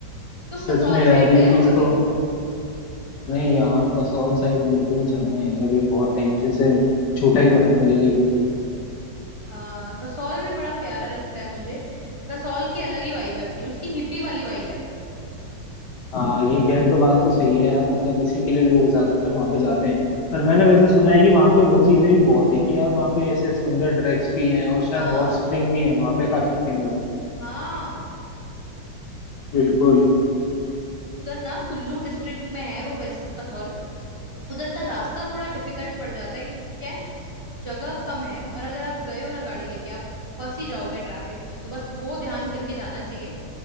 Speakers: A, on the right; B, on the left.
A: तुम
B: सच
A: कसौल
B: में यार
A: साइड
B: ये
A: गए
B: चीज
A: हो कभी
B: तो नहीं यार कसौल साइड मेरे को भी जाना है यार अभी बहुत टाइम से से छूटा ही पड़ा है मेरे लिए वो
A: हाँ कसौल भी बड़ा प्यारा लगता है मुझे कसौल की अलग ही वाइब है अपनी उसकी हिप्पी वाली वाइब है
B: हाँ ये खैर तो बात तो सही है यार मतलब इसी के लिए लोग ज्यादातर वहाँ पे जाते हैं पर मैंने वैसे सुना है कि वहाँ पे वो चीजें भी बहुत है कि यार वहाँ पे ऐसे सुंदर ट्रैक्स भी हैं और शायद
A: हाँ
B: हॉट स्प्रिंग भी है वहाँ पे काफी फेमस
A: हाँ
B: बिल्कुल
A: उधर ना कुल्लू डिस्ट्रिक्ट में है वो वैसे तो कसौल उधर का रास्ता थोड़ा डिफिकल्ट पड़ जाता है क्योंकि क्या है जगह कम है और अगर आप गए हो ना गाड़ी लेके आप फंस ही जाओगे ट्रैफिक में तो बस वो ध्यान करके जाना चाहिए